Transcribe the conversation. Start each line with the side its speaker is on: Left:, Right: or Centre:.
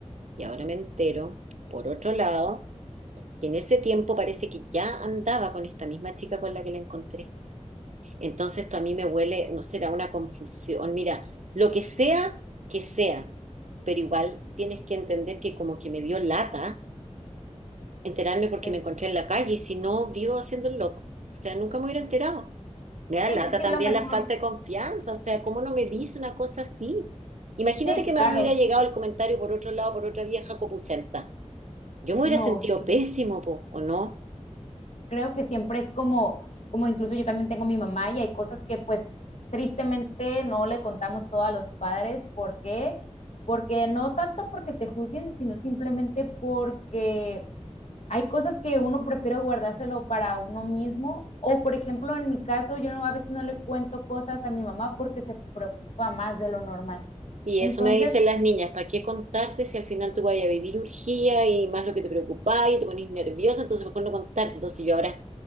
Right: y ahora me entero, por otro lado que en ese tiempo parece que ya andaba con esta misma chica con la que la encontré. Entonces esto a mí me huele, no será una confusión. Mira, lo que sea, que sea, pero igual tienes que entender que como que me dio lata enterarme porque
Left: Pues,
Right: me encontré en la calle y si no, vivo haciendo el loco. O sea, nunca me hubiera enterado. Me da
Left: sí,
Right: lata
Left: sí, sí,
Right: también
Left: lo mejor.
Right: la falta de confianza, o sea, ¿cómo no me dice una cosa así? Imagínate
Left: Sí,
Right: que me
Left: claro.
Right: hubiera llegado el comentario por otro lado, por otra vieja copuchenta. Yo me hubiera
Left: No,
Right: sentido
Left: sí.
Right: pésimo, po, ¿o no?
Left: creo que siempre es como, como incluso yo también tengo mi mamá y hay cosas que pues tristemente no le contamos todo a los padres. ¿Por qué? Porque no tanto porque te juzguen, sino simplemente porque hay cosas que uno prefiere guardárselo para uno mismo. O, por ejemplo, en mi caso, yo no, a veces no le cuento cosas a mi mamá porque se preocupa más de lo normal.
Right: Y
Left: Entonces,
Right: eso me dicen las niñas, ¿para qué contarte si al final tú vas a vivir urgía y más lo que te preocupa y te pones nerviosa? Entonces mejor no contarte. Entonces yo ahora